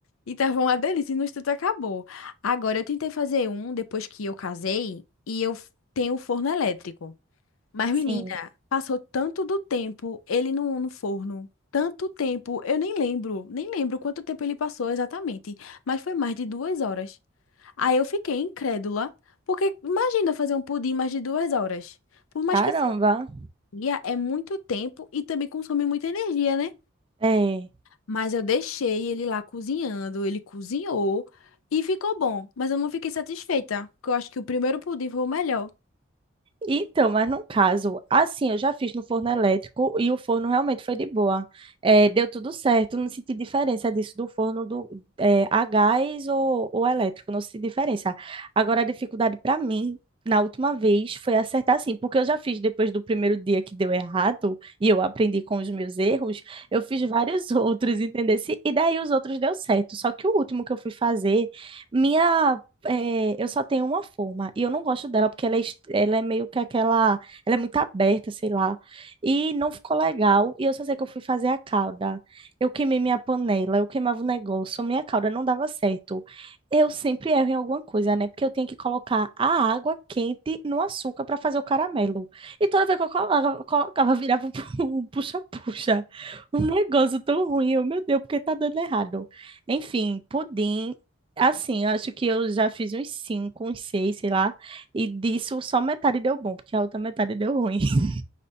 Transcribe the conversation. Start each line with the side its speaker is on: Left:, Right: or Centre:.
Left: E tava uma delícia, e no instante acabou. Agora eu tentei fazer um depois que eu casei e eu f- tenho o forno elétrico. Mas
Right: Sim.
Left: menina, passou tanto do tempo ele no, no forno. Tanto tempo, eu nem lembro, nem lembro quanto tempo ele passou exatamente, mas foi mais de duas horas. Aí eu fiquei incrédula, porque imagina fazer um pudim mais de duas horas. Por mais
Right: Caramba.
Left: que seja dia, é muito tempo e também consome muita energia, né?
Right: É.
Left: Mas eu deixei ele lá cozinhando, ele cozinhou e ficou bom. Mas eu não fiquei satisfeita, porque eu acho que o primeiro pudim foi o melhor.
Right: Então, mas num caso, assim, eu já fiz no forno elétrico e o forno realmente foi de boa. É, deu tudo certo, não senti diferença disso do forno do, é, a gás ou, ou elétrico, não senti diferença. Agora, a dificuldade para mim, na última vez, foi acertar assim, porque eu já fiz depois do primeiro dia que deu errado e eu aprendi com os meus erros, eu fiz vários <laughs> outros, entendeu? E daí os outros deu certo, só que o último que eu fui fazer, minha é, eu só tenho uma forma e eu não gosto dela porque ela é, est- ela é meio que aquela, ela é muito aberta, sei lá, e não ficou legal. E eu só sei que eu fui fazer a calda, eu queimei minha panela, eu queimava o negócio, minha calda não dava certo. Eu sempre erro em alguma coisa, né? Porque eu tinha que colocar a água quente no açúcar para fazer o caramelo. E toda vez que eu colocava, colocava virava <laughs> um puxa-puxa. Um negócio tão ruim, eu, meu Deus, porque tá dando errado. Enfim, pudim. Assim, eu acho que eu já fiz uns cinco, uns seis, sei lá, e disso só metade deu bom, porque a outra metade deu ruim. <laughs>